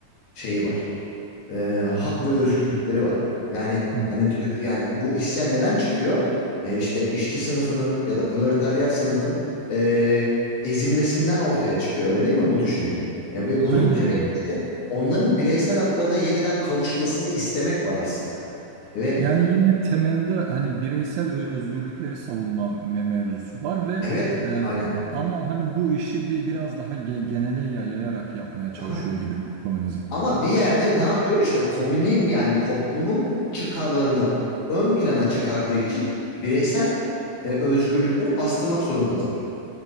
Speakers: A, on the left; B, on the right.
A: şeyi var e, hak
B: Evet.
A: ve özgürlükleri var. Yani
B: Hı.
A: hani diyor yani bu isyan neden çıkıyor? E, işte işçi sınıfının ya da proletaryer sınıfın e, ezilmesinden ortaya çıkıyor. Öyle değil mi bu düşünce? E, ve bunun
B: Aynen
A: temelinde
B: öyle.
A: de onların bireysel haklarına yeniden kavuşmasını istemek var aslında. Ve
B: Yani yine temelde hani bireysel ö- özgürlükleri savunma me- mevzusu var ve
A: evet
B: e,
A: aynen.
B: ama hani bu işi bir biraz daha ge- genele ya- yayarak yapmaya çalışıyor
A: Aha.
B: gibi komünizm.
A: Ama bir yerde ne yapıyor? İşte komünün yani toplumun çıkarlarını ön plana çıkardığı için bireysel e, özgürlükleri bastırmak zorunda kalıyor.